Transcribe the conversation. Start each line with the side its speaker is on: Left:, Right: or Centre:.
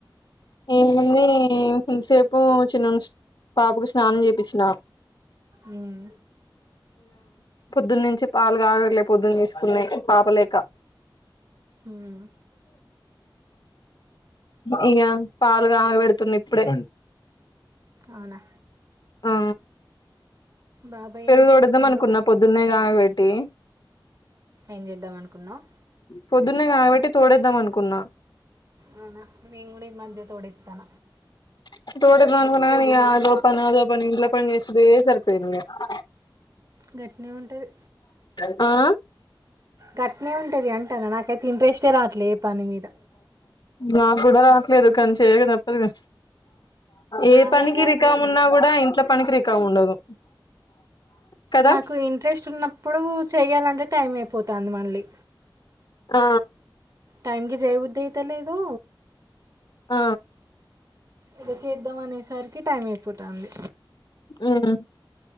Left: ఏముందీ ఇంతసేపు చిన్నోనికి పాపకు స్నానం చేప్పిచ్చిన
Right: మ్మ్
Left: పొద్దున్న నుంచి పాలు కాగట్లే పొద్దున్న తీసుకున్నయి పాపలేక
Right: మ్మ్
Left: ఆ ఇగ పాలుకాగ పెడుతున్నా ఇప్పుడే
Right: అవునా
Left: ఆ
Right: బాబాయ్
Left: పెరుగు
Right: ఏం చేస్తుండు?
Left: తోడేద్దాం అనుకున్న పొద్దున్నే కాగబెట్టి
Right: ఏం చేద్దాం అనుకున్నావ్
Left: పొద్దున్నే కాగబెట్టి తోడేద్దాం అనుకున్నా
Right: అవునా మేం గూడ ఇ ఈమధ్య తోడేత్తన
Left: <unintelligible> ఇంట్ల పని ఇంట్ల పని చేసుడే ఇదే సరిపోయింది ఆ
Right: గట్నే ఉంటది
Left: ఆ
Right: గట్నే ఉంటది అంటనా నాకి అయితే ఇంట్రెస్టే రావట్లే పని మీద
Left: నాకు గూడ రాట్లేదు కాని చేయగ తప్పదు గ ఏ
Right: అదే
Left: పనికి
Right: గాని
Left: రికాం ఉన్నా కూడా ఇంట్లో పనికి రిక ఖ ఉండదు కదా
Right: నాకు ఇంట్రెస్ట్ ఉన్నప్పుడు చేయ్యాలంటే టైం అయిపోతాంది మళ్ళీ
Left: ఆ
Right: టైమ్కి జైబుద్ధైతలేదు
Left: ఆ.
Right: ఇగ చేద్దాం అనేసరికి టైం అయిపోతాంది
Left: హమ్